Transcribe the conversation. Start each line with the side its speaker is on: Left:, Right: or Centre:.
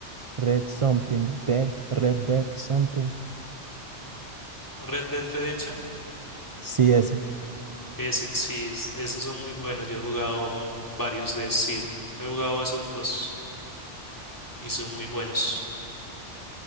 Right: Red Something, Dead, Red Dead Something.
Left: Red Dead Redemption
Right: Sí, ese.
Left: Ese, sí, es- esos son muy buenos. Yo he jugado varios de esos, sí. He jugado esos dos y son muy buenos.